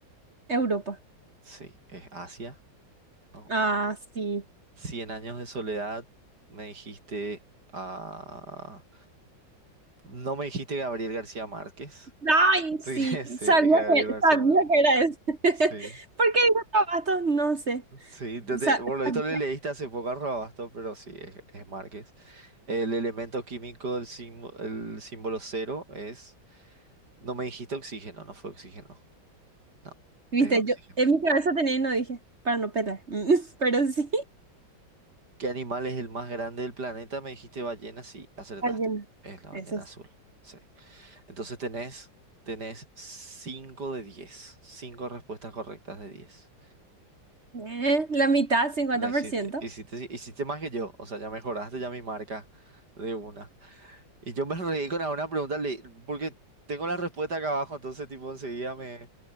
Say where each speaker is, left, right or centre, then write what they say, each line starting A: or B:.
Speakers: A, on the right; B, on the right.
A: Europa.
B: sí, es Asia, ¿no?
A: Ah, sí.
B: Cien años de soledad, me dijiste, ah, no me dijiste Gabriel García Márquez,
A: Ay,
B: sí,
A: sí,
B: <laughs> sí,
A: sabía
B: es Gabriel
A: que,
B: García
A: sabía
B: Márquez,
A: que era eso. <laughs> ¿Por
B: sí,
A: qué dijo Tabasco? No sé.
B: sí, te- te-
A: Sa-
B: por lo visto
A: sabía.
B: le leíste hace poco a Robasto, pero sí, es, es Márquez. El elemento químico, del símbolo, el símbolo cero es, no me dijiste oxígeno, no fue oxígeno, no,
A: Viste,
B: es oxígeno.
A: yo en mi cabeza tenía y no dije, para no pelar. <laughs> Pero sí,
B: ¿Qué animal es el más grande del planeta? Me dijiste ballena, sí, acertaste.
A: <laughs> ballena.
B: Es la ballena
A: Eso sí.
B: azul. Sí. Entonces tenés, tenés 5 de 10, 5 respuestas correctas de 10.
A: Eh, la mitad, 50%.
B: La hiciste, hiciste, hiciste más que yo. O sea, ya mejoraste ya mi marca de una. Y yo me reí con una pregunta le- porque tengo la respuesta acá abajo, entonces tipo enseguida me,